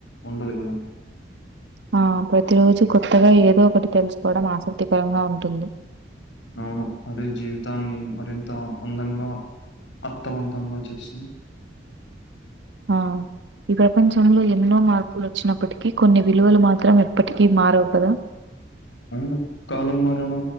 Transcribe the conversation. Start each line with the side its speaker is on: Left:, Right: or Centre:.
Left: ఉండదు కదా.
Right: ఆ ప్రతిరోజు కొత్తగా ఏదో ఒకటి తెలుసుకోవడం ఆసక్తికరంగా ఉంటుంది.
Left: అవును అదే జీవితాన్ని మరింత అందంగా అర్థవంతంగా చేస్తుంది.
Right: ఆ ఈ ప్రపంచంలో, ఎన్నో మార్పులు వచ్చినప్పటికీ, కొన్ని విలువలు మాత్రం ఎప్పటికీ మారవు కదా!
Left: ఉను. కాలం మారినా